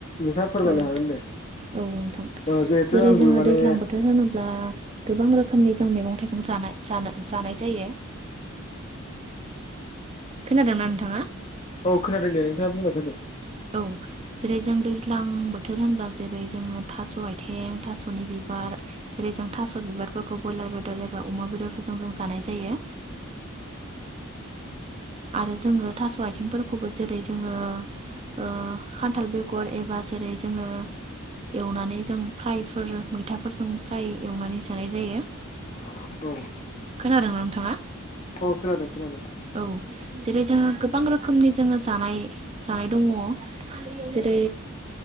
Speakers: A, on the left (about 30°); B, on the right (about 30°).
A: नोंथाङा फोरमायनो
B: औ
A: हागोन दे
B: औ नोंथां
A: ओ जिहेथु
B: जेरै
A: आंबो
B: जोङो
A: माने
B: दैज्लां बोथोर होनोब्ला गोबां रोखोमनि जों मैगं थाइगं जानाय जानाय जानाय जायो। खोनादोंना नोंथाङा?
A: औ खोनादों दे नोंथाङा बुंबाय था दे।
B: औ जेरै जों दैज्लां बोथोर होनब्ला जेरै जोङो थास' आयथें थास'नि बिबार जेरै जों थास' बिबारफोरखौ ब्रयलार बेदर एबा अमा बेदरफोरजों जों जानाय जायो आरो जोङो थास' आथिंफोरखौबो जेरै जोङो ओ खान्थाल बेगर एबा जेरै जोङो एवनानै जों फ्रायफोर मैथाफोरजों फ्राय एवनानै जानाय जायो।
A: औ
B: खोनादोंना नोंथाङा
A: औ खोनादों खोनादों।
B: औ जेरै जोङो गोबां रोखोमनि जोङो जानाय जानाय दङ जेरै